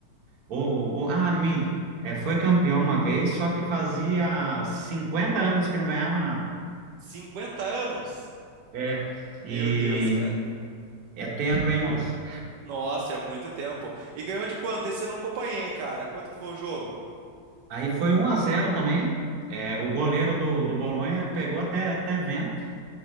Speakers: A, on the right; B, on the right.
A: Ou, ou- ah, minto, é, foi campeão uma vez, só que fazia 50 anos que não ganhava nada.
B: cinquenta anos?
A: É,
B: Meu
A: e
B: Deus, cara.
A: é tempo, hein, moço?
B: Nossa, é muito tempo. E ganhou de quanto? Esse eu não acompanhei, cara. Quanto que foi o jogo? <laughs>
A: Aí foi um a zero também. É, o goleiro do, do Bolonha pegou até, até vento.